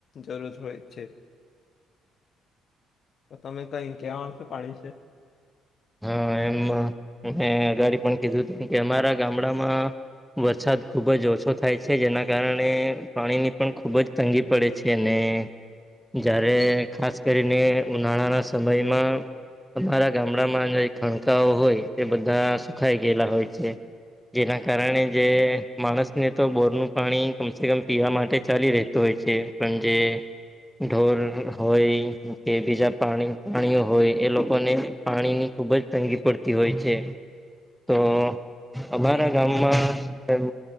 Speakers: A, on the left (about 50°); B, in the centre.
A: જરૂર હોય છે તો તમે કઈ કવા આવશે પાણી છે.
B: હા એમ મે અગાડી પણ કીધું હતું કે અમારા ગામડામાં. વરસાદ ખૂબ જ ઓછો થાય છે જેના કારણે પાણીની પણ ખૂબ જ. તંગી પડે છે અનેને. જયારે ખાસ કરીને ઉનાળાના સમયમાં અમારા ગામડામાં ખણકા હોય તે બધા સુખાય ગયેલા હોય છે. જેના કારણે જે માણસને તો બોરનું પાણી કમસે કમ પીવા માટે ચાલી રહેતું હોય છે. પણજે ઢોર હોય કે બીજા પાણી પાણીઓ હોય એ લોકોને પાણીની ખુબ જ તંગી પડતી હોય છે તો અમારા ગામમાં તેમ